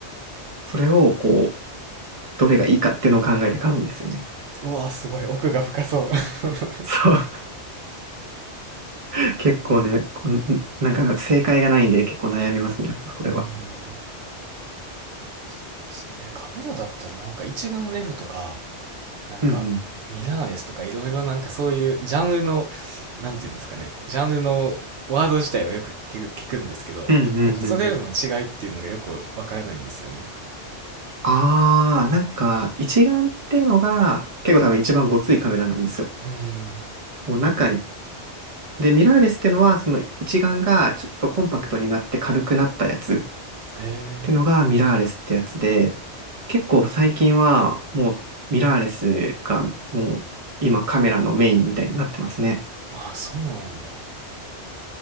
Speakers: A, on the right; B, on the right.
A: それをこう、どれがいいかっていうのを考えて買うんですよね。
B: あうわ、すごい。奥が深そう。
A: <laughs> そう。
B: <laughs>
A: <laughs> 結構ね、こんなんか正解がないんで結構悩みますね、やっぱこれは。
B: うんうん。<laughs> そうですね。カメラだったらなんか一眼レフとか、なんか、
A: うんうん。
B: ミラーレスとかいろいろなんかそういうジャンルの、なんていうんですかね、ジャンルのワード自体はよく聞く、聞くんですけど、
A: うんうんうん。
B: なんかそれらの違いっていうのがよくわからないんですよね。
A: あー、なんか一眼っていうのが結構多分一番ごついカメラなんですよ。
B: うーん。
A: こう中に、で、ミラーレスってのは、その一眼がちょっとコンパクトになって軽くなったやつっ
B: へえ。
A: てのがミラーレスってやつで、結構最近はもうミラーレスがもう今カメラのメインみたいになってますね。
B: あ、そうなんだ。